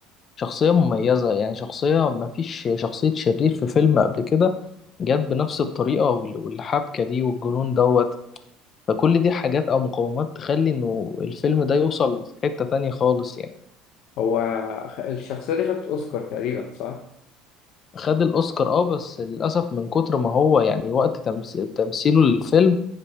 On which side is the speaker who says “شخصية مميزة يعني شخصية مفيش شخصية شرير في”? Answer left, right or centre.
Left